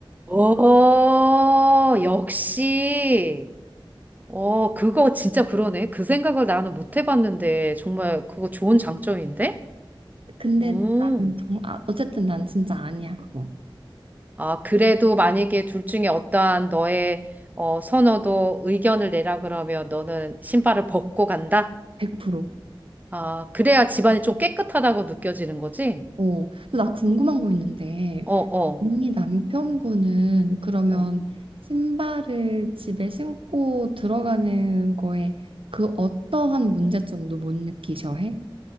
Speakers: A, on the right (about 20°); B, on the right (about 75°).
A: 어, 역시. 어, 그거 진짜 그러네. 그 생각을 나는 못 해봤는데, 정말 그거 좋은 장점인데?
B: 근데
A: 음.
B: 나는 정말 아, 어쨌든 난 진짜 아니야 그거
A: 아, 그래도 만약에 둘 중에 어떠한 너의 어, 선호도 의견을 내라 그러면 너는 신발을 벗고 간다?
B: 100%.
A: 아, 그래야 집안이 좀 깨끗하다고 느껴지는 거지?
B: 어. 근데 나 궁금한 거 있는데
A: 어, 어,
B: 언니 남편분은 그러면
A: 어.
B: 신발을 집에 신고 들어가는 거에 그 어떠한 문제점도 못 느끼셔 해?